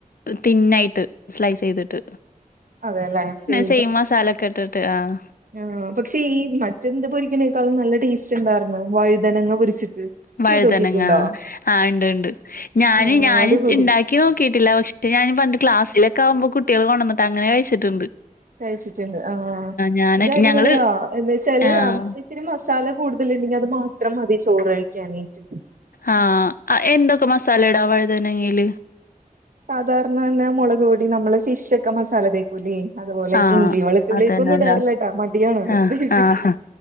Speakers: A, on the left; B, on the right.
A: തിന്നായിട്ട് സ്ലൈസ് ചെയ്തിട്ട്
B: അതെല്ലേ ചെയ
A: <unintelligible> മസാല കെട്ടിട്ട് ആഹ്
B: ആ പക്ഷേ ഈ മറ്റെന്ത് പൊരിക്കുന്നേക്കാളും നല്ല ടേസ്റ്റ് ഉണ്ടായിരുന്നു വഴുതനങ്ങ പൊരിച്ചിട്ട്
A: വഴുതനങ്ങാ
B: ചെയ്ത് നോക്കിട്ടുണ്ടോ
A: ആഹ് ഇണ്ട് ഇണ്ട് ഞാന്
B: ആഹ്
A: ഞാന്
B: അടിപൊളി
A: ഇണ്ടാ പാക്കി നോക്കിട്ടില്ല പക്ഷെ ഞാൻ പണ്ട് ക്ലാസിലൊക്കെകുമ്പോൾ കുട്ടികൾ കൊണ്ടന്നിട്ട് അങ്ങനെ കഴിച്ചിട്ടുണ്ട്
B: കഴിച്ചിട്ടുണ്ട് ആഹ്
A: ഞാന്
B: ഇത് അടിപൊളിയാ
A: ഞങ്ങള്
B: എന്താച്ചാൽ
A: ആഹ്
B: ഇത്തിരി മസാല കൂടുതല് ഉണ്ടെങ്കിൽ അത് മാത്രം മതി ചോറ്കഴിക്കാനായിട്ട്
A: ആഹ് എന്തൊക്കെ മസാല ഇടാ വഴുതനങ്ങേൽ
B: സാധാരണ തന്നെ മുളക് കൂടി നമ്മള് ഫിഷ് ഒക്കെ മസാല തക്ക പുലി അതുപോലെ
A: ആഹ്
B: ഇഞ്ചി വെളുത്തുള്ളിക്കൊന്നും
A: അതന്നല്ല
B: ഇടാറില്ല കേട്ടാ മടിയാണ്
A: ആഹ്
B: ബേസിക്കലി
A: ആഹ്